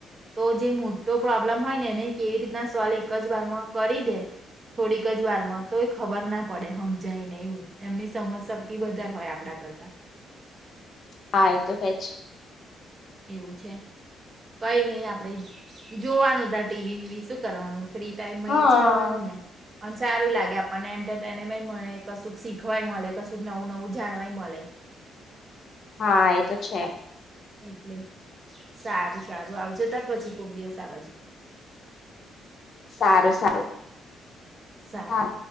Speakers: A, on the right; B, on the left.
A: તો જે મોટો પ્રોબ્લમ હોય ને એને કેવી રીતના સોલ્વ એક જ વારમાં કરી દે થોડીક જ વાર માં તોય ખબર ના પડે હમ જાય ને એવું એમની સમજ શક્તિ વધારે હોય આપડા કરતા
B: હા એ તો છે જ
A: એવું છે કઈ નહ આપડે જોવાનું ત ટીવી વિવી શું કરવાનું ફ્રી ટાઈમમાં
B: હા
A: એજ કરવાનું ને પણ સારું લાગે આપણને એન્ટરટેનમેન્ટ મળે કશુંક શીખવાય મળે કશુંક નવું નવું જાણવાય મળે <unintelligible>
B: હા એ તો છે
A: એટલે સારું સારું આવજ તાર પછી કોક દિવસ આ બાજુ <unintelligible>
B: સારું સારું
A: સારુ
B: હા.